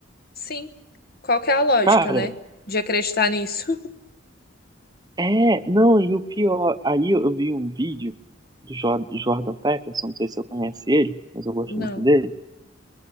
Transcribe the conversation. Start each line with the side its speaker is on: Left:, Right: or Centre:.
Left: sim. Qual que é a lógica,
Right: cara,
Left: né? De acreditar nisso?
Right: é, não, e o pior, aí eu vi um vídeo do Jo- Jordan Peterson, não sei se eu conhece ele, mas eu gosto
Left: <laughs> Não.
Right: muito dele.